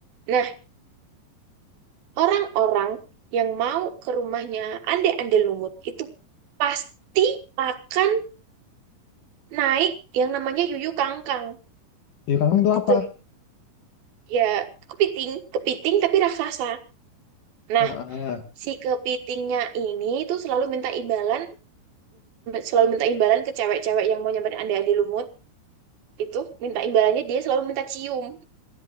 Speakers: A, on the right (about 65°); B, on the left (about 60°).
A: Nah, Orang-orang yang mau ke rumahnya Ande-Ande Lumut itu pasti akan naik yang namanya Yuyu Kangkang
B: di kamu itu
A: gitu.
B: apa?
A: Ya, kepiting, kepiting tapi raksasa. Nah,
B: Heeh.
A: si kepitingnya ini tuh selalu minta imbalan selalu minta imbalan ke cewek-cewek yang mau nyamperin Ande-Ande Lumut itu minta imbalannya dia selalu minta cium.